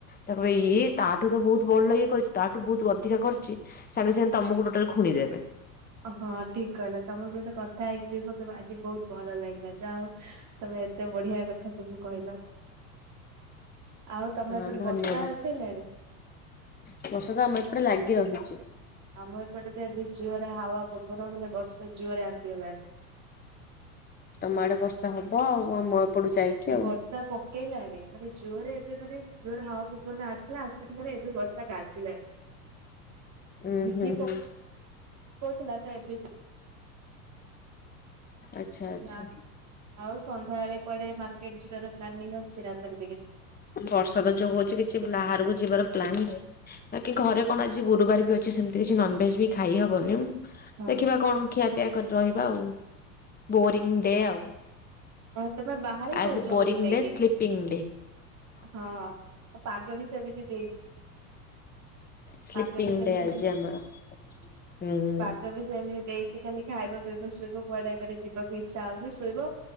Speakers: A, on the left; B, on the right.
A: ତାଙ୍କୁ କହିବେ ଇଏ ତାଠୁ ତ ବହୁତ୍ ଭଲ ଇଏ କରଚି, ତାଠୁ ବହୁତ୍ ଅ ଧିକ କରିଚି, ସାଙ୍ଗେ-ସାଙ୍ଗେ ତମୁକୁ ଟୋଟାଲି ଖୁଣିଦେବେ।
B: ହଁ ଠିକ୍ କହିଲ ତମ ସହିତ କଥା ହେଇକି ମତେ ଆଜି ବହୁତ୍ ଭଲ ଲାଗିଲା, ଯାହା ହଉ ତମେ ଏତେ ବଢିଆ କଥା ସବୁ କହିଲ। ଆଉ ତମ
A: ହଁ
B: ଏପଟେ
A: ଧନ୍ୟବାଦ୍।
B: ବର୍ଷା ଉଠେଇଲାଣି?
A: ବର୍ଷା ତ ଆମ ଏପଟେ ଲାଗି ରହିଚି।
B: ଆମ ଏପଟେ ତ ଏବେ ଜୋରରେ ହାୱା ପବନ ମାନେ ବର୍ଷା ଜୋରରେ ଆସିଗଲାଣି।
A: ତମ ଆଡେ ବର୍ଷା ହବ ଆଉ, ଆମ ଏପଟୁ ଯାଇକି।
B: ଏ
A: ଆଉ
B: ବର୍ଷା ପ କେଇଲାଣି ମାନେ ଜୋରରେ ଏବେ ମାନେ ଜୋର ହାୱା ପବନ ଆସିଲା, ଆସିକି ମାନେ ଏବେ ବର୍ଷା ଗାଜିଲାଣି।
A: ଉୁଁ
B: ଝିପ୍-ଝିପ୍
A: ହୁଁ ହୁଁ
B: ପକଉଥିଲା, ତ ଏବେ ଜୋ
A: ଆଚ୍ଛା-ଆଚ୍ଛା।
B: ହଁ ଆଉ ସନ୍ଧ୍ୟା ବଳେ କୁଆଡେ ମାର୍କେଟ ଯିବାର ପ୍ଲାନିଂ ଅଛି ନା ସେମିତି କିଛି।
A: ବର୍ଷାଟା ଯୋଉ ହଉଛି କିଛି ବାହାରକୁ ଯିବାର ପ୍ଲାନ୍ ହି ନାହିଁ। ବାକି ଘରେ କଣ ଆଜି ଗୁରୁବାର ବି ଅଛି ସେମିତି କିଛି ନନଭେଜ ବି ଖାଇହବନି।
B: ହଁ
A: ଦେଖିବା କଣ ଖିଆପିଆ କରି ରହିବା ଆଉ ବୋରିଂ ଡେ ଆଉ।
B: ଆଉ ତମେ ବାହାର ରହୁଛ
A: ଆଜି ବୋରିଂ
B: ରୁମ ନେଇକି
A: ଡେ ସ୍ଲିପିଂ ଡେ
B: ହଁ। ଆଉ ପାଗ ବି ସେମିତି ଦେଇଛି
A: ସ୍ଲିପିଂ
B: ପାଗ ବି ସେମିତି।
A: ଡେ ଆଜି ଆମର ହୁଁ।
B: ପାଗ ବି ସେମିତି ଦେଇଛି ଖାଲି ଖାଇବ ପିଇବ ଶୋଇବ କୁଆଡେ ଏଇଆ ଯିବାକୁ ଇଚ୍ଛା ହବନି ଶୋଇବ।